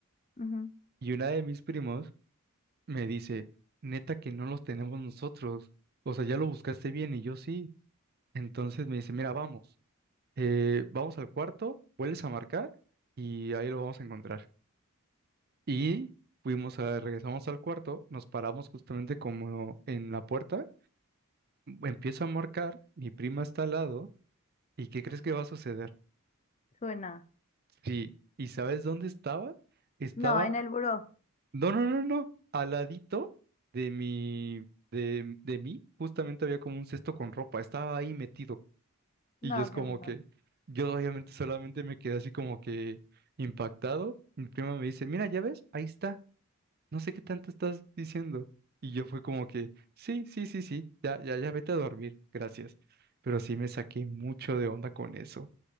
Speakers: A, on the left; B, on the right.
A: Ujú.
B: Y una de mis primos Me dice, neta que no los tenemos nosotros. O sea, ya lo buscaste bien y yo sí. Entonces me dice, mira, vamos, eh, vamos al cuarto, vuelves a marcar y ahí lo vamos a encontrar. Y fuimos a, regresamos al cuarto, nos paramos justamente como en la puerta, empiezo a marcar, mi prima está al lado, ¿y qué crees que va a suceder?
A: Suena.
B: Sí, ¿y sabes dónde estaba? Estaba
A: No, en el buró.
B: No, no, no, no. Al ladito de mi, de, de mí, justamente había como un cesto con ropa. Estaba ahí metido.
A: No,
B: Y yo es
A: qué
B: como
A: miedo.
B: que, yo obviamente solamente me quedé así como que impactado. Mi prima me dice, mira, ya ves, ahí está. No sé qué tanto estás diciendo. Y yo fue como que, sí, sí, sí, sí, ya, ya, ya vete a dormir, gracias. Pero sí me saqué mucho de onda con eso.